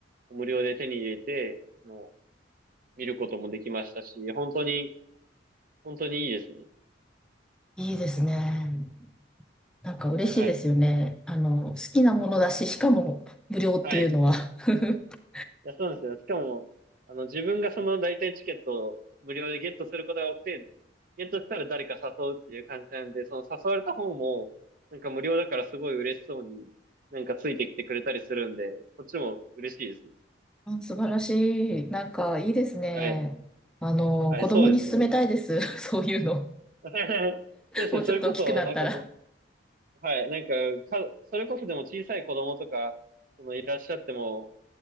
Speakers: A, on the right; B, in the centre.
A: 無料で手に入れて、もう見ることもできましたし、本当に、本当にいいですね。
B: いいですね。なんか嬉しいですよね。
A: はい。
B: あの、好きなものだし、しかも無料っていうのは。
A: はい。
B: <laughs>
A: いや、そうなんですよ。しかも、あの、自分がその大体チケットを無料でゲットすることが多くて、ゲットしたら誰か誘うっていう感じなんで、その誘われた方も、なんか無料だからすごい嬉しそうに、なんかついてきてくれたりするんで、こっちも嬉しいですね。
B: あ、素晴らしい。なんかいいですね。
A: はい。
B: あの、
A: はい、
B: 子供に勧めたいです。
A: そうですね。
B: <laughs> そういうの。
A: <laughs> そうですね。
B: もうちょっと大きくなったら。
A: それこそ、なんかごはい。なんか、か、それこそでも小さい子供とか、そのいらっしゃっても、